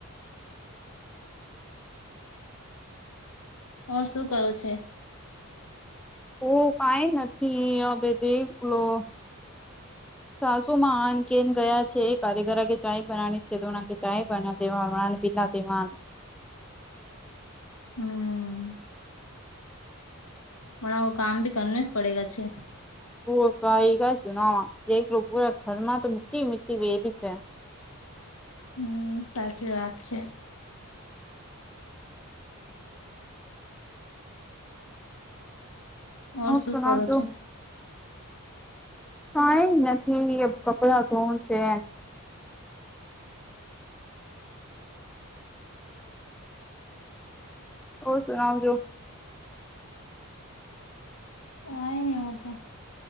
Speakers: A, on the left (about 75°); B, in the centre.
A: ઓર શું કરો છે.
B: ઓ કઈ નથી અ બે દેખ લો
A: <inaudible>
B: સાસુમાં આન કેન ગયા છે કારીગર કે ચાય બનાની છે તો બનાકે ચાય બના દેવા <unintelligible> <unintelligible>
A: હા. પણ આવો કામ બી કરને જ પડેગા છે.
B: પો કઈ ક સુનાવા એક લોકો પુરા ઘરમાં તો મીઠી મીઠી વેરી છે.
A: હમ્મ સાચી વાત છે. ઓર
B: હું
A: શું
B: સુનાવજો
A: કરો છે.
B: કઈ નથી એ કપડાં ધોવું ન છે. ઓ સુુંનામ જો
A: હ એ ન આવડતા